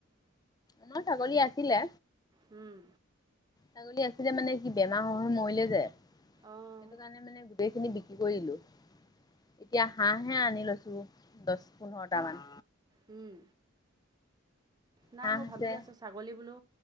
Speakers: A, on the left (about 20°); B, on the right (about 20°).
A: আমাৰ ছাগলী আছিলে
B: উম।
A: ছাগলী আছিলে মানে কি বেমাৰ হৈ হৈ মৰিলে যে,
B: অঁ
A: সেইটো কাৰণে মানে গোটেইখিনি বিক্ৰী কৰি দিলো, এতিয়া হাঁহহে আনি লৈছো দহ পোন্ধৰটামান।
B: উম। নাই
A: হাঁহ
B: মই
A: আছে
B: ভাবি আছোঁ ছাগলী বোলো